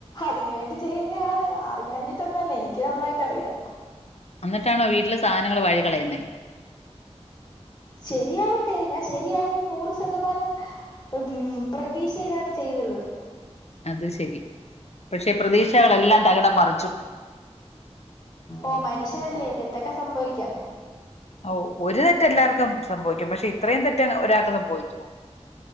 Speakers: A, on the left (about 35°); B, on the left (about 65°).
A: അതിന് വേണ്ടി ചെയ്യുന്നെ ആണ് അറിയാ ഞ്ഞിട്ടൊന്നല്ല എനിക്ക് എനിക്ക് നന്നായിട്ട്റിയാം
B: എന്നിട്ടാണോ വീട്ടിലെ സാധനങ്ങള് വഴികളയുന്നേ
A: ശരിയാവണ്ടേ ഞാൻ ശരിയാവുന്നു നൂറ ശതമാനം ഉം പ്രതീക്ഷയിലാണ് ചെയ്തത്.
B: അത് ശെരി പക്ഷേ പ്രതീക്ഷകളെല്ലാം തകിടം മറിച്ചു.
A: ഓ മനുഷ്യനല്ലേ തെറ്റൊക്കെ സംഭവിക്കാം.
B: ഓ ഒരു തെറ്റ് എല്ലാവർക്കും സംഭവിക്കും പക്ഷെ ഇത്രയും തെറ്റ് ഒരാൾക്ക് സംഭവിക്കുകോ